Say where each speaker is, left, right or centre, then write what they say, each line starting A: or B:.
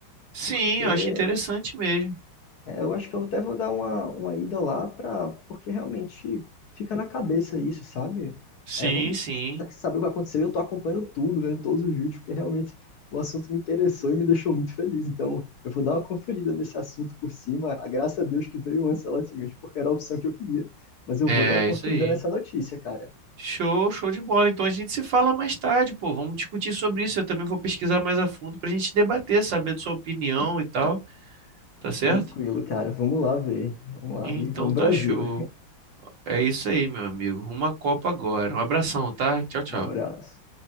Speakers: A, on the right; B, on the left.
A: Sim,
B: porque
A: eu acho interessante mesmo.
B: É, eu acho que eu até vou dar uma, uma ida lá para porque realmente fica na cabeça isso, sabe?
A: Sim,
B: É, vamos
A: sim.
B: saber o que aconteceu. Eu tô acompanhando tudo, vendo todos os vídeos, porque realmente o assunto me interessou e me deixou muito feliz. Então, eu vou dar uma conferida nesse assunto por cima. A graça a Deus que veio o Ancelotti mesmo, porque era a opção que eu queria. Mas eu
A: É
B: vou dar uma conferida
A: isso aí.
B: nessa notícia, cara.
A: Show, show de bola. Então a gente se fala mais tarde, pô. Vamos discutir sobre isso. Eu também vou pesquisar mais a fundo pra gente debater, saber da sua opinião e tal. Tá certo?
B: Tranquilo, cara. Vamos lá ver. Vamos lá
A: Então
B: e vamos
A: tá
B: Brasil.
A: show. É isso aí, meu amigo. Uma copa agora. Um abração, tá? Tchau, tchau.
B: Abraço.